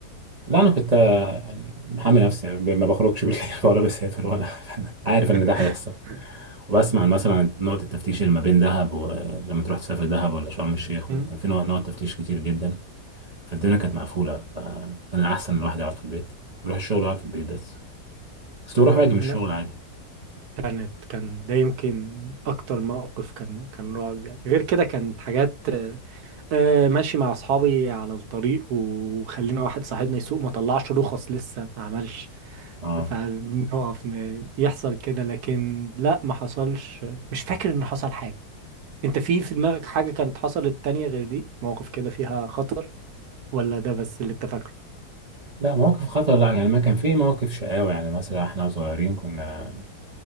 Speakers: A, on the right (about 55°); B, on the right (about 70°).
A: لا انا كنت آه، يعني محامي نفسي يعني ما بخرجش بالليل <laughs> ولا بسافر ولا <laughs> عارف ان
B: <laughs>
A: ده هيحصل وبسمع مثلا عن نقطة التفتيش اللي ما بين دهب ولما تروح تسافر دهب ولا شرم الشيخ
B: مم.
A: ولا كان في نوع- نقط تفتيش كتير جدا فالدنيا كانت مقفولة فكان الأحسن إن الواحد يقعد في البيت يروح الشغل ويقعد في البيت بس بس بروح واجي من الشغل
B: لا
A: عادي
B: كانت كان ده يمكن اكتر موقف كان كان رعب يعني غير كده كانت حاجات آه، آه، ماشي مع اصحابي على الطريق وخلينا واحد صاحبنا يسوق ما طلعش رخص لسه ما عملش
A: اه
B: فنقف ن- يحصل كده لكن لا ما حصلش مش فاكر ان حصل حاجة انت في في دماغك حاجة كانت حصلت تانية غير دي مواقف كده فيها خطر ولا ده بس اللي انت فاكره
A: لا مواقف خطر لا يعني ما كان في مواقف شقاوة يعني مثلا احنا صغيرين كنا